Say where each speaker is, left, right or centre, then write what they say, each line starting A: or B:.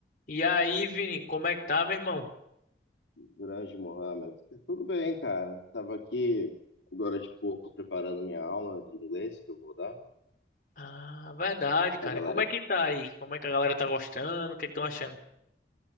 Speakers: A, on the left (about 45°); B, on the left (about 85°).
A: E aí, Vini, como é que tá, meu irmão?
B: Grande Mohamed. Tudo bem, cara. Tava aqui agora de pouco preparando minha aula de inglês que eu vou dar
A: Ah, verdade, cara.
B: pra galera.
A: Como é
B: aqui.
A: que tá aí? Como é que a galera tá gostando? O que é que estão achando?